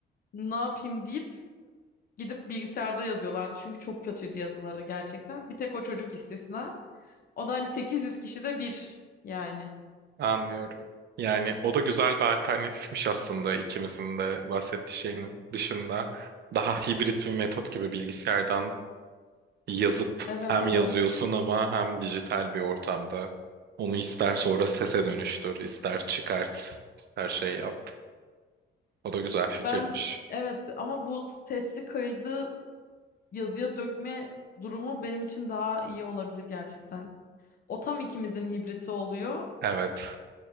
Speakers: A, on the left; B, on the right.
A: ne yapayım deyip gidip bilgisayarda yazıyorlardı. Çünkü çok kötüydü yazıları gerçekten. Bir tek o çocuk istisna. O da hani 800 kişide bir yani.
B: anlıyorum. Yani o da güzel bir alternatifmiş aslında ikimizin de bahsettiği şeyin dışında. Daha hibrit bir metot gibi bilgisayardan yazıp
A: Evet
B: hem
A: evet.
B: yazıyorsun ama hem dijital bir ortamda. Onu ister sonra sese dönüştür, ister çıkart, ister şey yap. O da güzel fikirmiş.
A: Ben evet ama bu sesli kaydı yazıya dökme durumu benim için daha iyi olabilir gerçekten. O tam ikimizin hibriti oluyor.
B: Evet.